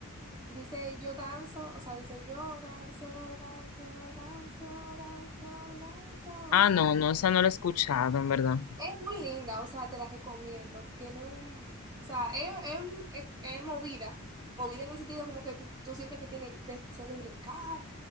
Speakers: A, on the right; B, on the left.
A: dice, yo danzo, o sea, dice, yo danzo, danzo, danzo, danzo, danzo,
B: Ah,
A: danzo.
B: no, no, esa no la he escuchado, en verdad.
A: Es muy linda, o sea, te la recomiendo. Tiene un, o sea, es, es- es- es movida, movida en el sentido como que tú, tú sientes que tiene deseo de brincar